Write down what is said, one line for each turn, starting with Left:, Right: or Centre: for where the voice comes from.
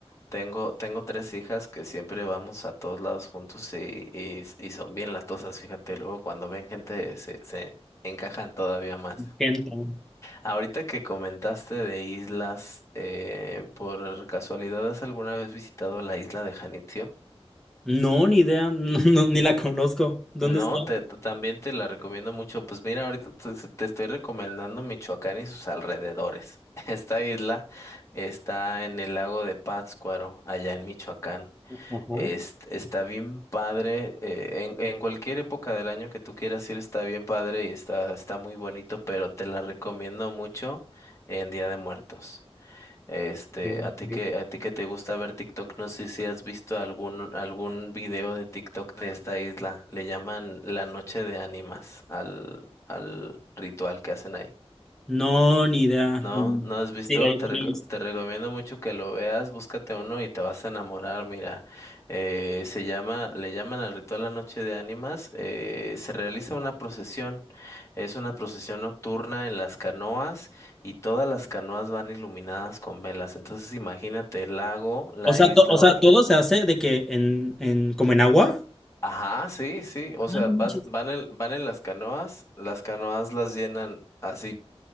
Left: tengo, tengo tres hijas que siempre vamos a todos lados juntos y, y, y son bien latosas, fíjate. Luego cuando ven gente se, se encajan todavía más.
Centre: Gente.
Left: Ahorita que comentaste de islas, eh, ¿por casualidad has alguna vez visitado la isla de Janitzio?
Centre: No, ni idea, <laughs> no, no, ni la conozco. ¿Dónde
Left: No,
Centre: está?
Left: te, te- también te la recomiendo mucho. Pues mira, ahorita te, te estoy recomendando Michoacán y sus alrededores. <laughs> Esta isla está en el lago de Pátzcuaro, allá en Michoacán.
Centre: Ajá.
Left: Es- está bien padre. eh, en, en cualquier época del año que tú quieras ir, está bien padre y está, está muy bonito, pero te la recomiendo mucho en Día de Muertos. Este,
Centre: eh,
Left: a ti que,
Centre: eh,
Left: a ti que te gusta ver TikTok, no sé si has visto algún, algún video de TikTok de esta isla. Le llaman la noche de ánimas al, al ritual que hacen ahí.
Centre: No, ni idea.
Left: No,
Centre: Mm,
Left: no has visto,
Centre: Sí, de ahí
Left: te,
Centre: sí
Left: reco-
Centre: no he visto.
Left: te recomiendo mucho que lo veas, búscate uno y te vas a enamorar, mira, eh, se llama, le llaman al ritual La Noche de Ánimas, eh, se realiza una procesión, es una procesión nocturna en las canoas y todas las canoas van iluminadas con velas, entonces imagínate el lago, la
Centre: O sea,
Left: isla,
Centre: to- o sea,
Left: o-
Centre: todo se hace de que en, en, como en agua.
Left: ajá, sí, sí, o
Centre: Ah,
Left: sea,
Centre: no
Left: vas,
Centre: manches.
Left: van en, van en las canoas, las canoas las llenan así.